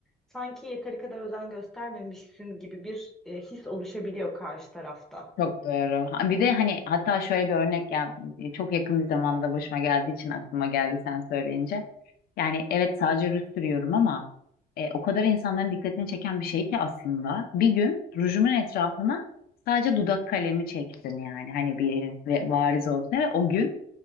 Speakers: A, in the centre; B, on the left (about 65°).
A: sanki yeteri kadar özen göstermemişsin gibi bir e, his oluşabiliyor karşı tarafta.
B: Çok doğru. Ha, Bir de hani hatta şöyle bir örnek ya çok yakın bir zamanda başıma geldiği için aklıma geldi sen söyleyince. Yani evet sadece ruj sürüyorum ama e, o kadar insanların dikkatini çeken bir şey ki aslında. Bir gün rujumun etrafına sadece dudak kalemi çektim yani hani bir ve- variz olsun ve o gün